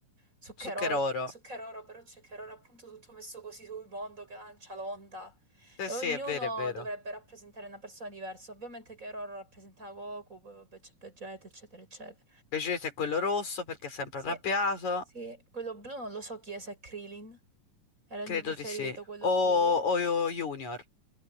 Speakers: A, on the right; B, on the left.
A: su Keroro,
B: su Keroro.
A: su Keroro, però c'è Keroro appunto tutto messo così sul mondo che lancia l'onda.
B: Sì,
A: E
B: sì,
A: ognuno
B: è vero, è vero.
A: dovrebbe rappresentare una persona diversa. Ovviamente Keroro rappresenta Goku, poi vabbè c'è Vegeta, eccetera, eccetera.
B: Vegeta è quello rosso perché è sempre
A: Sì,
B: arrabbiato.
A: sì. Quello blu non lo so chi è, se è Krillin. Era il
B: Credo
A: mio preferito,
B: di sì.
A: quello
B: O,
A: blu.
B: o o Junior.